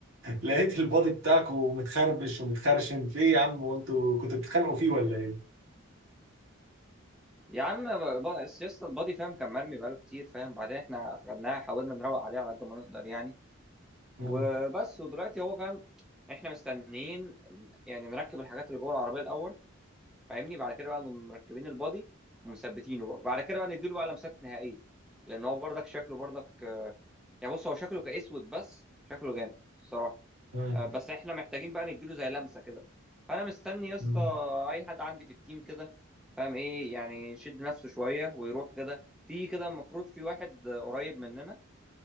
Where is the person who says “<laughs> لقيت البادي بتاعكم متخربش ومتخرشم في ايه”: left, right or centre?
Right